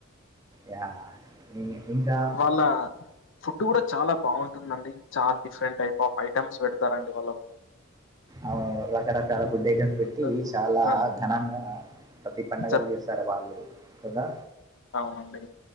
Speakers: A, on the right (about 20°); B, on the left (about 65°).
A: యా. ఇం- ఇంకా
B: వాళ్ళ ఫుడ్ కూడా చాలా బాగుంటుందండి చాలా. డిఫరెంట్ టైప్ ఆఫ్ ఐటమ్స్ పెడతారండి వాళ్ళు.
A: ఆవ్ రకరకాల ఫుడ్డ ఐటమ్స్ పెట్టి
B: పెడతారు.
A: చాలా
B: ఆ
A: ఘనంగా. ప్రతి పండగలు
B: సర్
A: చేస్తారు వాళ్ళు కదా.
B: అవును డాయ్.